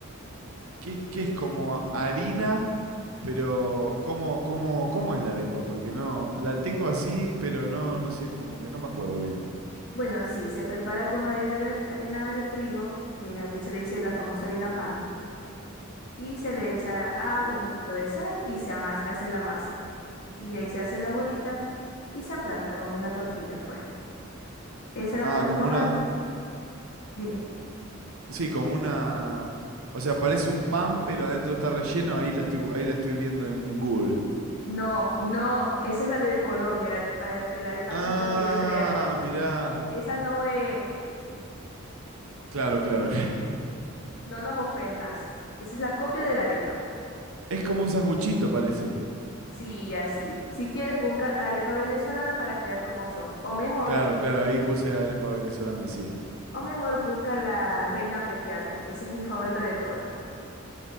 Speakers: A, on the right (about 85°); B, on the left (about 50°).
A: qué, qué es como harina? Pero, ¿cómo, cómo, cómo es la arepa? Porque no, la tengo así, pero no, no sé, como que no me acuerdo bien.
B: Bueno, sí, se prepara con harina de, harina de trigo, que aquí se le dice la famosa harina pan, y se le echa agua, un poquito de sal y se ama- se hace la masa. Y de ahí se hace la bolita y se aplasta como una tortilla, pues. Esa la
A: Ah,
B: ponemos
A: como una,
B: al... Dime.
A: sí, como una, o sea, parece un pan, pero adentro está relleno, ahí la estoy, bu- ahí la estoy viendo en, en Google.
B: No, no, esa es la de Colombia, la, la, este, la arepa
A: Ah,
B: chimba que ellos crearon.
A: mirá.
B: Esa no es,
A: Claro, claro. <laughs>
B: Ujú. no nos ofendas. Esa es la copia de la arepa.
A: Es como un sanguchito, parece.
B: Sí, así. Si quieres, busca arepa venezolana para que veas cómo son. O mejor,
A: Claro, claro, ahí puse arepa venezolana, sí.
B: o mejor, busca la reina pepiada, que esa es mi favorita de todas.